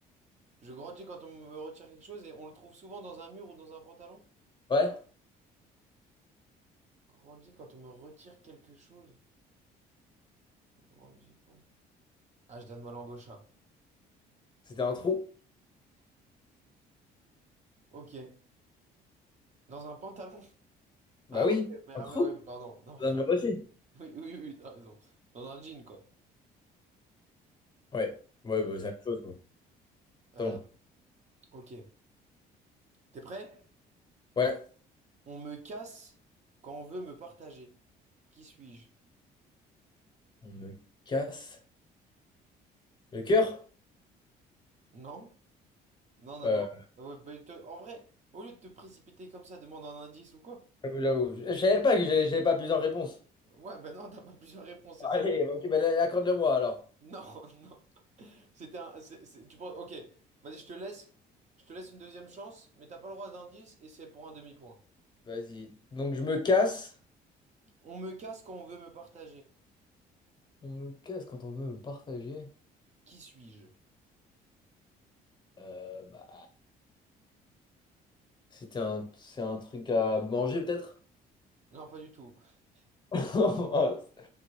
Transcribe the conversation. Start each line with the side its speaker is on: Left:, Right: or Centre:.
Right: Je grandis quand on me retire quelque chose et on le trouve souvent dans un mur ou dans un pantalon.
Left: Ouais,
Right: Grandis quand on me retire quelque chose. Je grandis quand. Ah, je donne ma langue au chat.
Left: c'était un trou.
Right: Ok. Dans un pantalon. <laughs>
Left: Bah
Right: Ah,
Left: oui,
Right: ok. Mais, ah,
Left: un trou
Right: mais oui, pardon. Non, enfin,
Left: dans un mur aussi.
Right: <laughs> oui, oui, oui, t'as raison. Dans un jean, quoi.
Left: Ouais, ouais,
Right: Ok.
Left: bah, c'est la même chose, quoi.
Right: Euh,
Left: Pantalon.
Right: ok. T'es prêt?
Left: Ouais,
Right: On me casse quand on veut me partager. Qui suis-je?
Left: on me casse le cœur?
Right: Non? Non, non,
Left: Euh,
Right: non. Ah ouais, bah, te- en vrai, au lieu de te précipiter comme ça, demande un indice ou quoi?
Left: là où- Je savais pas que j'avais j'avais pas plusieurs réponses.
Right: Ouais, ben non, t'as pas plusieurs réponses, c'est ça?
Left: Allez, bah, ok, bah, là, accorde-le-moi alors.
Right: Non, <laughs> non. C'était un. c'est- c'est- tu penses. Ok, vas-y, je te laisse. Je te laisse une deuxième chance, mais t'as pas le droit d'indice et c'est pour un demi-point.
Left: Vas-y. Donc, je me casse.
Right: On me casse quand on veut me partager.
Left: On me casse quand on veut me partager.
Right: Qui suis-je?
Left: Euh, bah. C'était un, c'est un truc à manger peut-être?
Right: Non, pas du tout. <laughs>
Left: <laughs>